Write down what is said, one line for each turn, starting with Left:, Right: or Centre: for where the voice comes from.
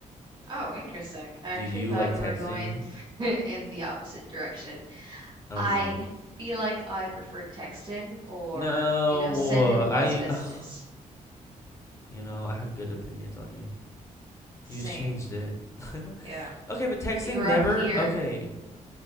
Right: Oh, interesting. I
Left: Do
Right: actually
Left: you
Right: thought
Left: like
Right: you
Left: texting?
Right: were going <laughs> in the opposite direction.
Left: Oh
Right: I
Left: no.
Right: feel like I prefer texting or,
Left: No,
Right: you know, sending voice
Left: I,
Right: messages.
Left: ugh, you know, I had good opinions on you.
Right: Same.
Left: You just changed it. <laughs>
Right: Yeah.
Left: Okay, but texting
Right: You're
Left: never,
Right: up here.
Left: okay.